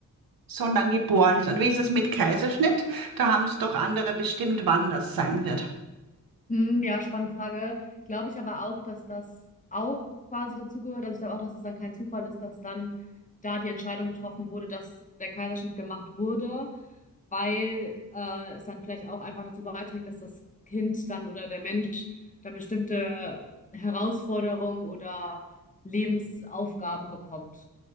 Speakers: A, on the right (about 75°); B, on the left (about 20°).
A: so lang geboren ist? Und wie ist es mit Kaiserschnitt? Da haben es doch andere bestimmt, wann das sein wird.
B: Hm, ja, spannende Frage. Glaube ich aber auch, dass das auch quasi dazugehört. Also ich glaube auch, dass es dann kein Zufall ist, dass dann da die Entscheidung getroffen wurde, dass der Kaiserschnitt gemacht wurde, weil äh, es dann vielleicht auch einfach dazu beiträgt, dass das Kind dann oder der Mensch dann bestimmte Herausforderungen oder Lebensaufgaben bekommt.